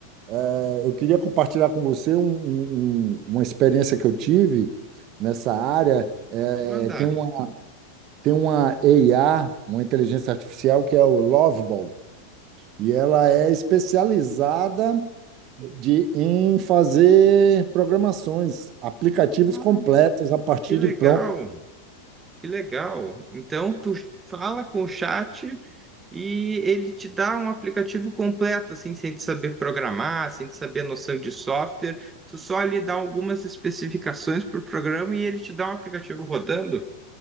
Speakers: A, on the right; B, on the right.
A: É, eu queria compartilhar com você um- um- um- uma experiência que eu tive nessa área. É,
B: De mandar.
A: tem um tem uma AI, uma inteligência artificial, que é o Loveball, e ela é especializada de, em fazer programações, aplicativos
B: Ah,
A: completos a partir
B: que legal,
A: de prompt.
B: que legal. Então tu fala com o chat e ele te dá um aplicativo completo, assim, sem te saber programar, sem te saber a noção de software. Tu só lhe dá algumas especificações para o programa e ele te dá um aplicativo rodando.